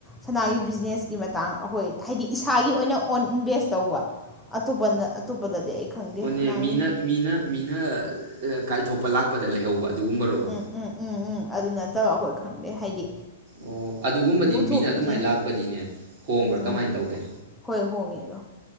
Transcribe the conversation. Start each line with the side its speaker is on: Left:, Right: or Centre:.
Centre: ꯁꯅꯥꯒꯤ ꯕꯤꯖꯤꯅꯦꯁꯀꯤ ꯃꯇꯥꯡ ꯑꯩꯈꯣꯏ ꯍꯥꯏꯗꯤ ꯏꯁꯥꯒꯤ ꯑꯣꯏꯅ ꯑꯣꯟ ꯏꯟꯚꯦꯁ ꯇꯧꯕ ꯑꯇꯣꯞ ꯑꯇꯣꯞꯄꯗꯗꯤ ꯑꯩ ꯈꯪꯗꯦ
Right: ꯑꯣꯅꯦ
Centre: ꯁꯅꯥꯒꯤ
Right: ꯃꯤꯅ ꯃꯤꯅ ꯃꯤꯅ ꯀꯥꯏꯊꯣꯛꯄ ꯂꯥꯛꯄꯗ ꯂꯩꯍꯧꯕ ꯑꯗꯨꯒꯨꯝꯕꯔꯣꯕ
Centre: ꯎꯝ ꯎꯝ ꯎꯝ ꯎꯝ ꯑꯗꯨ ꯅꯠꯇꯕ ꯑꯩꯈꯣꯏ ꯈꯪꯗꯦ ꯍꯥꯏꯗꯤ
Right: ꯑꯣ ꯑꯗꯨꯒꯨꯝꯕꯗꯤ
Centre: ꯄꯨꯊꯣꯛ
Right: ꯃꯤꯅ
Centre: ꯄꯨꯁꯤꯟ
Right: ꯑꯗꯨꯃꯥꯏꯅ ꯂꯥꯛꯄꯗꯤꯅꯦ ꯍꯣꯡꯕ꯭ꯔꯥ
Centre: ꯎꯝ
Right: ꯀꯃꯥꯏꯅ ꯇꯧꯒꯦ
Centre: ꯍꯣꯏ ꯍꯣꯡꯉꯦ ꯑꯗꯣ